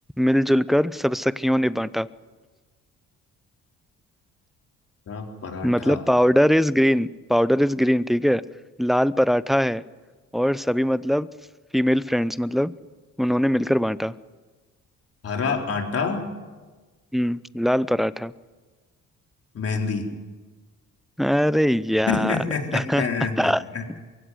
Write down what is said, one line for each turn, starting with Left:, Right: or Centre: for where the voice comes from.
Centre: मिलजुल कर सब सखियों ने बांटा
Left: हरा पराठा
Centre: मतलब powder is green powder is green ठीक है लाल पराठा है और सभी मतलब फीमेल फ्रेंड्स मतलब उन्होंने मिलकर बांटा
Left: हरा आटा
Centre: हम्म लाल पराठा
Left: मेहंदी
Centre: अरे
Left: <laughs>
Centre: यार <laughs>
Left: अ,